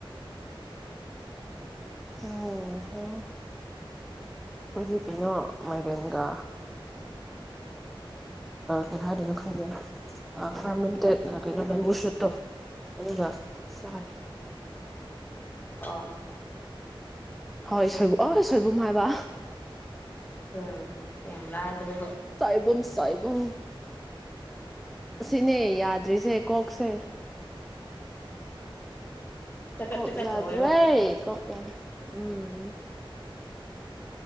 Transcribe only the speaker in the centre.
ꯎꯝ ꯑꯩꯈꯣꯏꯗꯤ ꯀꯩꯅꯣ ꯃꯥꯏꯔꯦꯟꯒ ꯀꯩ ꯍꯥꯏꯅꯤꯅꯣ ꯈꯪꯗꯦ ꯐꯔꯃꯦꯟꯇꯦꯠ ꯀꯩꯅꯣ ꯕꯦꯝꯕꯨ ꯁꯨꯠꯇꯣ ꯑꯗꯨꯅ ꯆꯥꯏ
ꯍꯣꯏ ꯁꯣꯏꯕꯨꯝ ꯑ ꯁꯣꯏꯕꯨꯝ ꯍꯥꯏꯕ
ꯁꯥꯥꯏꯕꯨꯝ ꯁꯥꯥꯏꯕꯨꯝ ꯁꯤꯅꯦ ꯌꯥꯗ꯭ꯔꯤꯁꯦ ꯀꯣꯛꯁꯦ
ꯀꯛ
ꯌꯥꯗ꯭ꯔꯦ
ꯀꯛ ꯌꯥꯗ꯭ꯔ ꯎꯝ